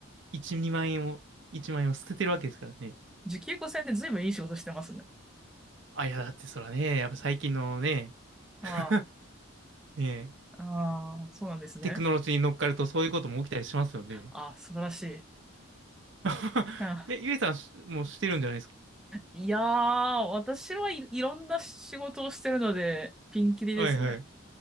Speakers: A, on the right (about 60°); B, in the centre.
A: 1、2万円を、1万円を捨ててるわけですからね。
B: 時給5 0ん0円で随分いい仕事してますね。
A: あ、いや、だってそらね、やっぱ最近のね、
B: あ
A: <laughs> ねえ、
B: あ、ああ、そうなんですね。
A: テクノロジーに乗っかるとそういうことも起きたりしますよね。
B: ああ、素晴らしい。
A: <laughs>
B: あ
A: え、ゆえさんしもうしてるんじゃないですか
B: いやー、私はいいろんな仕事をしてるので、ピンキリですね。
A: はいはい。